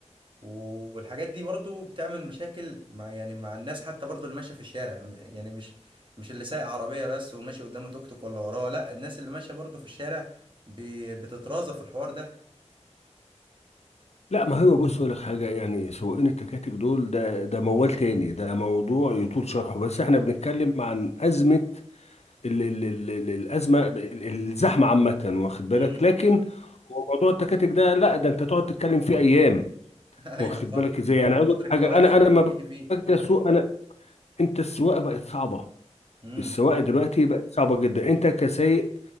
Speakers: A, on the right; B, on the left.
A: والحاجات دي برضو بتعمل مشاكل مع يعني مع الناس حتى برضو اللي ماشية في الشارع م- يعني مش مش اللي سايق عربية بس وماشي قدامه توك توك ولا وراه لا الناس اللي ماشية برضو في الشارع ب- بتترازف في الحوار ده
B: لا ما هو بص اقول لك حاجه يعني سواقين التكاتك دول ده ده موال تاني ده موضوع يطول شرحه بس احنا بنتكلم عن ازمه ال ال ال ال الازمه ال- ال- الزحمه عامه واخد بالك
A: امم.
B: لكن هو موضوع التكاتك ده لا ده انت تقعد تتكلم فيه ايام
A: <laughs> ايوه
B: واخد
A: صح
B: بالك ازاي يعني
A: من
B: عاوز
A: كتر
B: أقول لك
A: الكوارث
B: حاجه انا
A: اللي
B: انا لما
A: كانت بتيجي فيه
B: باجي اسوق انا انت السواقه بقت صعبه
A: امم
B: السواقه دلوقتي بقت صعبه جدا انت كسايق